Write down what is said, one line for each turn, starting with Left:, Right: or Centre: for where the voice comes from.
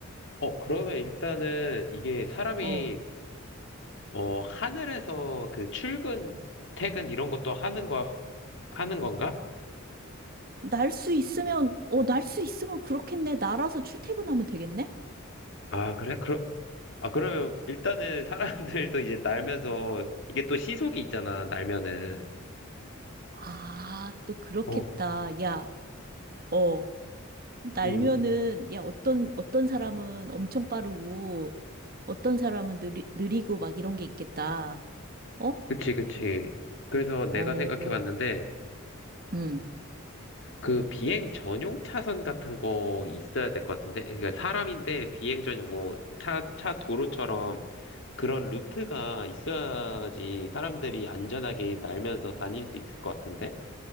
Left: 어, 그러면 일단은 이게 사람이,
Right: 어.
Left: 어, 하늘에서 그 출근, 퇴근 이런 것도 하는 거, 하는 건가?
Right: 날 수 있으면, 어, 날 수 있으면 그렇겠네. 날아서 출퇴근하면 되겠네?
Left: 아, 그래? 그러, 아, 그러면 일단은 사람들도 이제 날면서, 이게 또 시속이 있잖아, 날면은.
Right: 아, 또 그렇겠다.
Left: 어,
Right: 야, 어. 날면은
Left: 음.
Right: 야 어떤 어떤 사람은 엄청 빠르고 어떤 사람은 느리, 느리고 막 이런 게 있겠다. 어?
Left: 그치, 그치. 그래서 내가
Right: 어,
Left: 생각해 봤는데,
Right: 음.
Left: 그 비행 전용 차선 같은 거 있어야 될 것 같은데, 그러니까 사람인데 비행 전용 뭐 차, 차 도로처럼 그런 루트가 있어야지 사람들이 안전하게 날면서 다닐 수 있을 것 같은데?